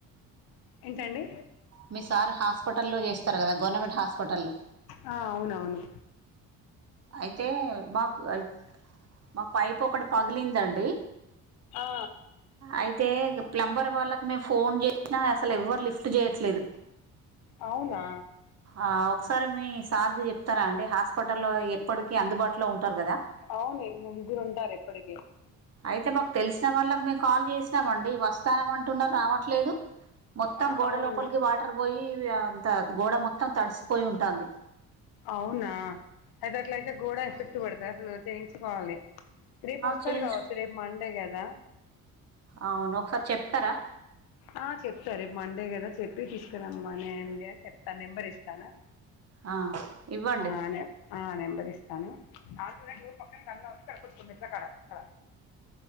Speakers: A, on the left; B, on the right.
A: ఏంటండి
B: మీ సార్ హాస్పిటల్లో చేస్తారు కదా గవర్నమెంట్ హాస్పిటల్లో
A: ఆ అవునవును
B: అయితే మాక్ ఐ మా పైపు ఒకటి పగిలిందండి
A: ఆ
B: అయితే ఇగ ప్లంబర్ వాళ్ళకి మేము ఫోన్ చేసినా అసలు ఎవ్వరు లిఫ్ట్ చేయట్లేదు
A: అవునా
B: ఆ ఒకసారి మీ సార్కి చెప్తారా అండి హాస్పిటల్లో ఎప్పటికీ అందుబాటులో ఉంటారు కదా
A: అవును ఈ ముగ్గురు ఉంటారు ఎప్పటికీ
B: అయితే మాకు తెలిసిన వాళ్ళకి మేము కాల్ చేసినామ అండి వస్తాం అంటున్న రావట్లేదు మొత్తం
A: ఆ,
B: గోడ
A: అవునా
B: లోపలికి వాటర్ పోయి అంత గోడ మొత్తం తడిసిపోయి ఉంటుంది
A: అవునా అయితే అట్లయితే గోడ ఎఫెక్ట్ పడుతుంది అసలు చేయించుకోవాలి రేపు వస్తారు
B: చేయించు
A: కావచ్చు రేపు మండే కదా
B: అవును ఒకసారి చెప్తారా
A: ఆ చెప్తా రేపు మండే కదా చెప్పి తీసుకురమ్మని అండి అని చెప్తాను నెంబర్ ఇస్తాను
B: ఆ, ఇవ్వండి
A: ఆ లెద్ ఆ నెంబరిస్తాను ఆంటీ కూడా టూల్ పక్కన నల్ల వుంది ఇక్కడ కుర్చో మెట్ల కాడ అక్కడ